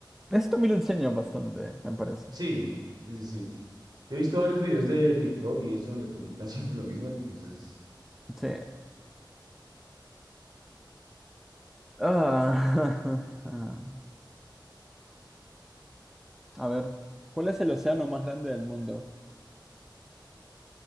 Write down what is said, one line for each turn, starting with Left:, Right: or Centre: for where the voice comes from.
Centre: esto me lo enseña bastante, me parece.
Right: Sí, sí, sí, sí. Yo he visto varios videos de TikTok y eso donde preguntan <laughs> siempre lo mismo, entonces.
Centre: Sí. Ah, <laughs> ah. a ver, ¿cuál es el océano más grande del mundo?